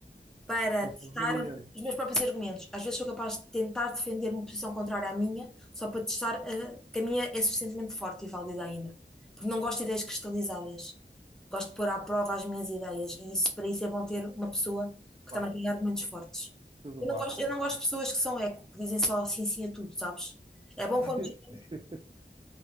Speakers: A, in the centre; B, on the right (about 30°).
A: para
B: Com sabedoria,
A: testar
B: né?
A: os meus próprios argumentos. Às vezes sou capaz de tentar defender uma posição contrária à minha, só para testar, eh, que a minha é suficientemente forte e válida ainda. Porque não gosto de ideias cristalizadas. Gosto de pôr à prova as minhas ideias e isso, para isso é bom ter uma pessoa que
B: Claro,
A: também tenha
B: que
A: argumentos fortes.
B: tudo
A: Eu
B: bate.
A: não gosto, eu não gosto de pessoas que são eco, que dizem só sim, sim a tudo, sabes? É bom
B: <laughs>
A: quando. <laughs>